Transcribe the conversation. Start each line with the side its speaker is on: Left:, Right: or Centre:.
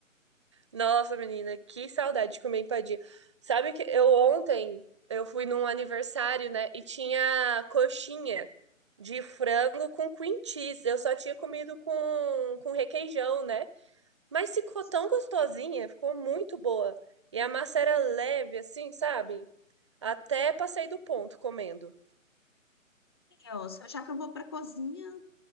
Right: Nossa, menina, que saudade de comer empadinha. Sabe que eu ontem eu fui num aniversário, né, e tinha coxinha de frango com cream cheese. Eu só tinha comido com com requeijão, né? Mas ficou
Left: Só
Right: tão gostosinha, ficou muito boa. E a massa era leve assim, sabe? Até passei do ponto comendo.
Left: eu, só- já que eu vou para a cozinha,